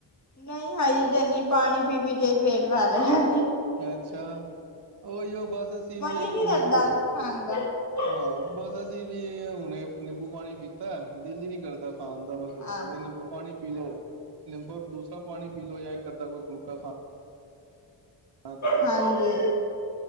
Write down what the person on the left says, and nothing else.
ਨਹੀਂ ਹ ਡਨੀ ਪਾਣੀ ਪੀ ਪੀ ਕੇਈ ਪੇਟ ਭ ਹਾਂ
ਮਨ
ਹੀ ਨੀ
ਲੱਗਦਾ ਖਾਣ ਦਾ <unintelligible>
ਹਾਂ
ਹਾਂਜੀ